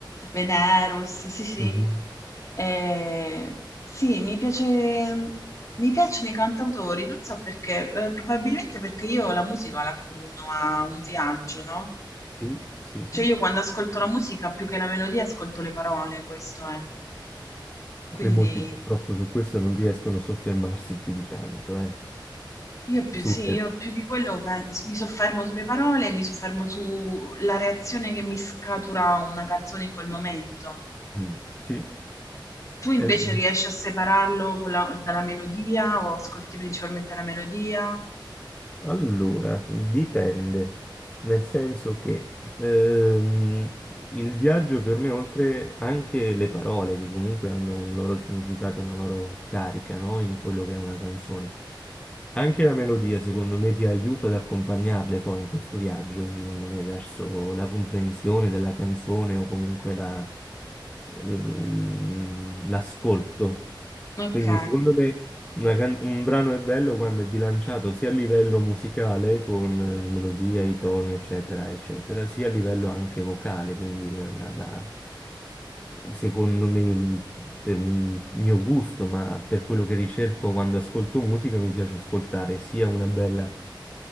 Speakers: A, on the left; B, on the left.
A: Venerus, sì, sì.
B: Mhm.
A: Ehm, sì, mi piace mi piacciono i cantautori, non so perché, uhm, probabilmente perché io la musica la accomuno a un viaggio, no,
B: Sì, sì, sì.
A: cioè io quando ascolto la musica più che la melodia ascolto le parole, questo è. Quindi
B: E molti purtroppo su questo non riescono a soffermarsi più di tanto, eh.
A: Io più,
B: Su...
A: sì, io più di quello pen- mi soffermo sulle parole, mi soffermo sulla reazione che mi scatura una canzone in quel momento.
B: Mm, Sì.
A: Tu invece
B: Eh,
A: riesci a separarlo con la- dalla melodia o ascolti principalmente la melodia?
B: Allora, dipende, nel senso che ehm, il viaggio per me, oltre anche le parole, che comunque hanno un loro significato, una loro carica, no? In quello che è una canzone, anche la melodia, secondo me, ti aiuta ad accompagnarle poi in questo viaggio, secondo me, verso la comprensione della canzone o comunque la- ehm, l'ascolto.
A: Ok.
B: Quindi, secondo me. Una can- un brano è bello quando è bilanciato sia a livello musicale con eh, melodia, i toni, eccetera, eccetera, sia a livello anche vocale, quindi eh, da- da- secondo me, mm, per il mio gusto, ma per quello che ricerco quando ascolto musica, mi piace ascoltare sia una bella